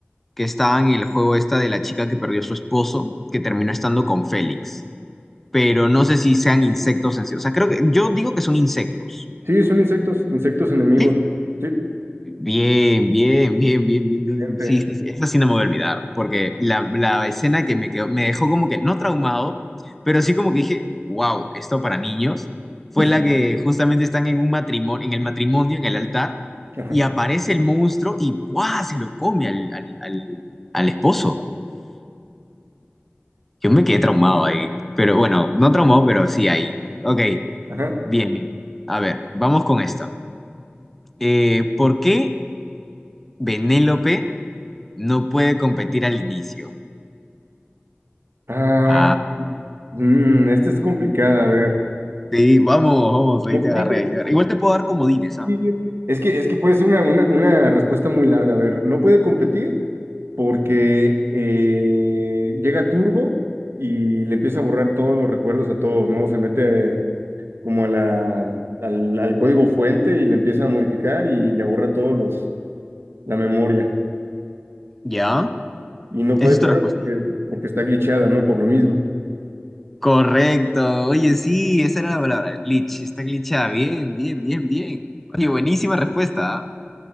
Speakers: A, in the centre; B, on the right.
A: que estaban en el juego esta de la chica que perdió a su esposo, que terminó estando con Félix. Pero no sé si sean insectos en sí. O sea, creo que yo digo que son insectos.
B: Sí, son insectos, insectos enemigos.
A: ¿sí?
B: Sí,
A: Bien, bien, bien, bien, bien, bien.
B: gente.
A: Sí, sí, sí, esa sí no me voy a olvidar, porque la, la escena que me quedó, me dejó como que no traumado, pero sí como que dije, wow, esto para niños, fue
B: <laughs>
A: la que justamente están en un matrimonio, en el matrimonio, en el altar,
B: Ajá.
A: y aparece el monstruo y ¡guau! se lo come al, al, al, al esposo. Yo me quedé traumado ahí, pero bueno, no traumado, pero sí ahí. Ok,
B: Ajá.
A: bien, bien. A ver, vamos con esta. Eh, ¿por qué Benélope? No puede competir al inicio.
B: Ah,
A: Ah,
B: mm, esta es complicada, a ver.
A: No. sí, vamos, vamos, ahí
B: No
A: te
B: puede
A: agarré, ahí te agarré. Igual te puedo dar comodines,
B: competir.
A: ¿ah?
B: Es que, es que puede ser una, una, una respuesta muy larga, a ver. No puede competir porque eh, llega Turbo y le empieza a borrar todos los recuerdos a todos, ¿no? Se mete como a la, al, al código fuente y le empieza a modificar y le borra todos los, la memoria.
A: ¿Ya?
B: y no puede
A: Esa es
B: correr
A: tu respuesta.
B: porque, porque está glitchada, ¿no? Por lo mismo.
A: Correcto. Oye, sí, esa era la palabra, el glitch. Está glitchada. Bien, bien, bien, bien. Oye, buenísima respuesta. ¿ah?